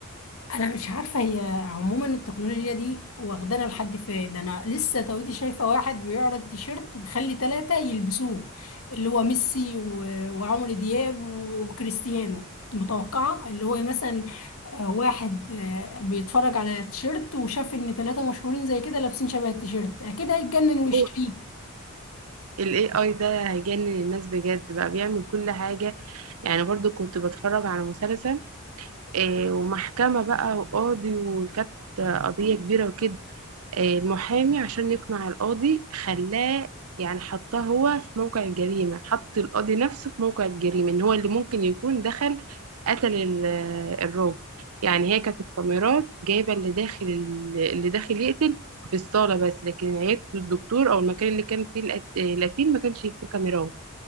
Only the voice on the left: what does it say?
انا مش عارفه هي عموما التكنولوجيا دي واخدانا لحد فين ده انا لسه تويتي شايفه واحد بيعرض تيشيرت مخلي ثلاثه يلبسوه اللي هو ميسي و- وعمرو دياب وكريستيانو كنت متوقعه اللي هو مثلا آه، واحد آه، بيتفرج على تيشيرت وشاف ان ثلاثة مشهورين زي كده لابسين شبه التيشيرت اكيد هيتجنن ويشتريه